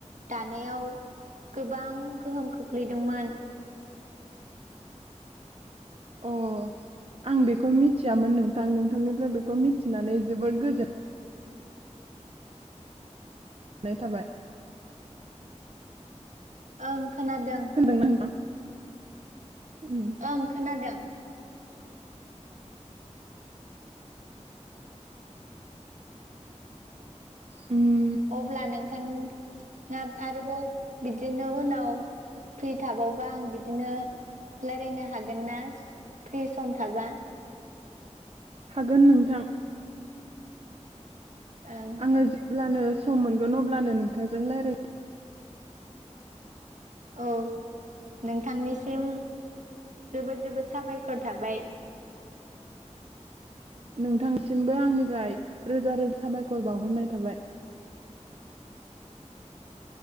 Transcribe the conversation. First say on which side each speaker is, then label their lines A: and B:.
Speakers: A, on the right; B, on the right.
A: दानायाव गोबां गोहोम खोख्लैदोंमोन।
B: अ आं बेखौ मिथियामोन नोंथां नोंथांनिफ्राय बेखौ मिथिनानै जोबोद गोजोन नाय थाबाय
A: ओं खोनादों।
B: खोनादोंना नोंथां उम
A: ओं खोनादों।
B: उम
A: अब्ला नोंथां आ आरोबाव बिदिनो उनाव फ्रि थाबावबा आं बिदिनो रालायनो हागोन ना फ्रि सम थाबा?
B: हागोन नोंथां।
A: ओं
B: आङो जेब्लानो सम मोनगोन अब्लानो नोंथांजों रायलाय
A: औ नोंथांनिसिम जोबोद-जोबोद साबायखर थाबाय।
B: नोंथांनिसिमबो आंनिफ्राय रोजा रोजा साबायखर बावहरनाय थाबाय।